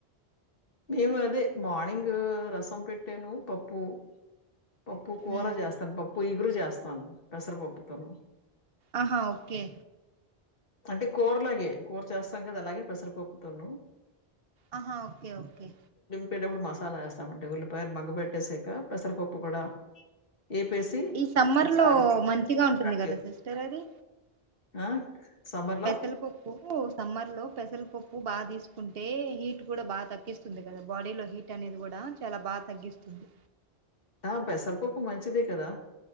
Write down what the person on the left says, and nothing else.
మేము అదే మార్నింగ్ రసం పెట్టాను పప్పు పప్పు కూరా
చేస్తను పప్ పొయ్యిగురు చేస్తాను పెసరపప్పుతోను
అంటే కూరలాగే కూర చేస్తాం కదా అలాగే పెసరపప్పుతోను
బెండు అప్పుడు మసాలా వేస్తామంటే ఉల్లిపాయలు మగ్గ పెట్టేసాక పెసరపప్పు కూడా వేపేసి
ఒకసారి
కడిగేసి
ఆ
లో
ఆ పెసర పప్పు మంచిదే కదా